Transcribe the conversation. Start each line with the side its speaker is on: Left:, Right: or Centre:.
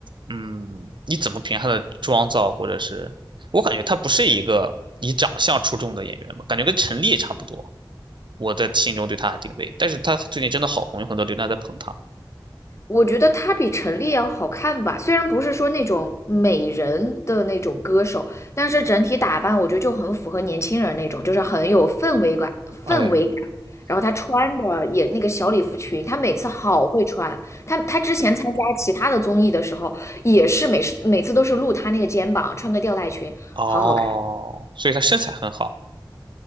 Right: 嗯，你怎么评他的妆造，或者是我感觉他不是一个以长相出众的演员吧，感觉跟陈粒也差不多，我在心中对他的定位，但是他最近真的好红，有很多流量在捧他。
Left: 我觉得她比陈粒要好看吧，虽然不是说那种美人的那种歌手，但是整体打扮我觉得就很符合年轻人那种，就是很有氛围感，
Right: 哎，
Left: 氛围感。然后她穿的也那个小礼服裙，她每次好会穿。她她之前参加其他的综艺的时候，也是每次每次都是露她那个肩膀，穿个吊带裙，
Right: 哦，
Left: 好好看。
Right: 所以他身材很好。